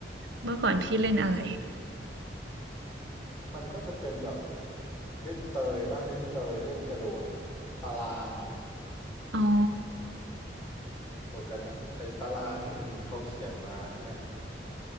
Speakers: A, on the right (about 90°); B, on the left (about 15°).
A: เมื่อก่อนพี่เล่นอะไร
B: มันก็จะเป็นแบบเล่นเตยป่ะเล่นเตยเล่นกระโดดตารางอ่ะ
A: อ๋อ
B: กระโดดกระดะไอ้ตารางที่มันเขาเขียนมาใช่ไหม